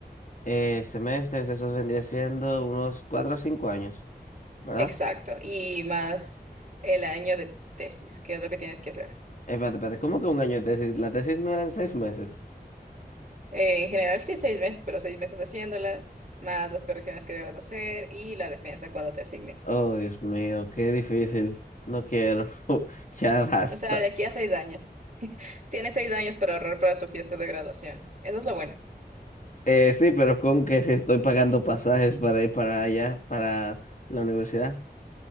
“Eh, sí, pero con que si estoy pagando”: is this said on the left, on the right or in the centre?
Left